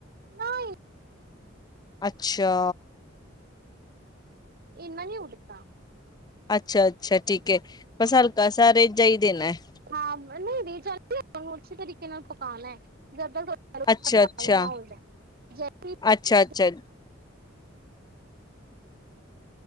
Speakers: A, on the right; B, on the left.
A: ਨਹੀਂ।
B: ਅੱਛਾ।
A: ਇਹਨਾ ਨਹੀਂ ਉਡਦਾ।
B: ਅੱਛਾ ਅੱਛਾ ਠੀਕ ਹੈ। ਬਸ ਹਲਕਾ ਸਾ ਰੇਜਾ ਹੀ ਦੇਣਾ ਹੈ।
A: ਹਾਂ ਨਹੀਂ ਰੇਜਾ ਨੀ ਅੱਛੇ ਤਰੀਕੇ ਨਾਲ ਪਕਾਉਣਾ ਹੈ। ਜਦੋ ਤਕ
B: ਅੱਛਾ-ਅੱਛਾ,
A: ਬਰਾਊਨ ਨਾ ਹੋ ਜਾ ਜਸੀ।
B: ਅੱਛਾ-ਅੱਛਾ,
A: <unintelligible> <unintelligible>